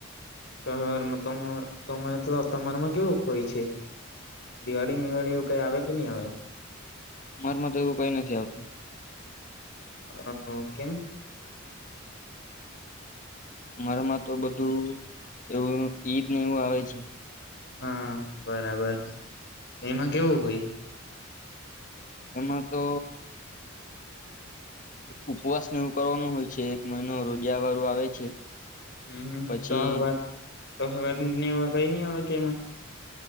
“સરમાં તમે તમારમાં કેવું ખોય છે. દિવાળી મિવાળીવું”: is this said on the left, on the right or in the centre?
Left